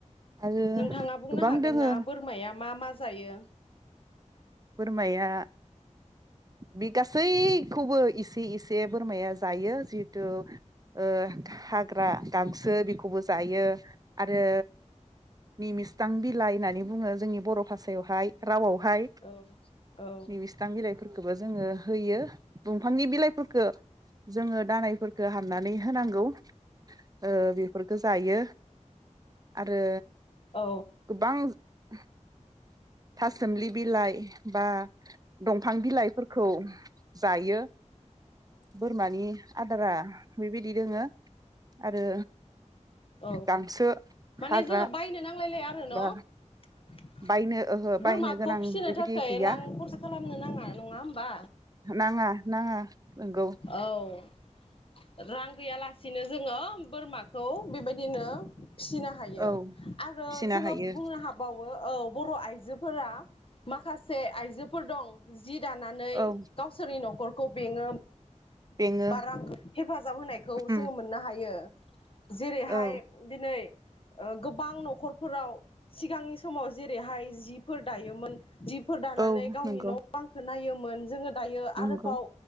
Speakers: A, on the right; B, on the left.
A: आरो
B: नोंथाङा बुंनो
A: गोबां
B: हागोन
A: दोङो
B: ना बोरमाया मा मा जायो?
A: बोरमाया बे गासैखौबो इसे इसे बोरमाया जायो। जिहेतु ओ हाग्रा गांसो बेखौबो जायो। आरो निमिस्थां बिलाइ होननानै बुङो जोंनि बर भासायावहाय रावाव हाय
B: औ औ
A: मिसथांबिलाइ फोरखोबो जोङो होयो। बुं फांनि बिलाइफोरखो जोङो दानायफोरखौ हानानै होनांगौ ओ बेफोरफोरखौ जायो आरो
B: औ
A: गोबां <inaudible> थासुमलि बिलाइ बा दंफां बिलाइफोरखौ जायो बोरमानि आदारा बेबिदि दोङो आरो
B: औ
A: गांसो
B: माने
A: हाग्रा
B: जोङो बायनो नांलायलाया आरो न'
A: बा बायनो ओहो बायनो
B: बोरमाखौ
A: गोनां
B: फिसिनो
A: बेबायदि
B: थाखाय
A: गैया
B: रां खरसा खालामनो नाङा नङा होमबा।
A: नाङा नाङा नंगौ
B: औ रां गैयालासिनो जोङो बोरमाखौ बेबायदिनो फिसिनो हायो
A: औ
B: आरो
A: फिसिनो
B: जोङो
A: हायो
B: बुंनो हाबाव वो औ बर' आइजोफोरा माखासे आइजोफोर दं जे जि दानानै
A: औ
B: गावसोरनि न'खरखौ बेङो।
A: बेङो
B: बा रां हेफाजाब होनायखौ
A: उम
B: जोङो मोननो हायो‌। जेरैहाय
A: औ
B: दिनै ओ गोबां न'ख न'खरफोराव सिगांनि समाव जेरैहाय जिफोर दायोमोन। जिफोर दानानै
A: औ
B: गावनि
A: नंगौ
B: न' बां होन नायोमोन जोङो दायो
A: नंगौ
B: आरोबाव।